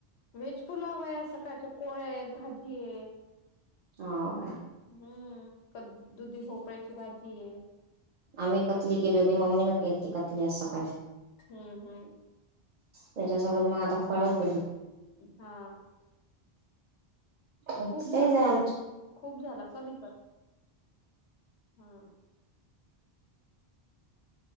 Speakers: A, on the left (about 90°); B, on the right (about 50°).
A: वेज पुलाव आहे सकाळच्या पोळ्या आहेत भाजी आहे
B: हो का
A: हम्म. क दुधी भोपळ्याची भाजी आहे.
B: आम्ही कतली केली होती मम्मी न केल्ती कतली आज सकाळी
A: हम्म. हम्म.
B: त्याच्यासोबत मग आता फराळ केली.
A: हा.
B: तेच
A: खूप झाला
B: आहे आमच
A: की खूप झाला कमी कर. हा.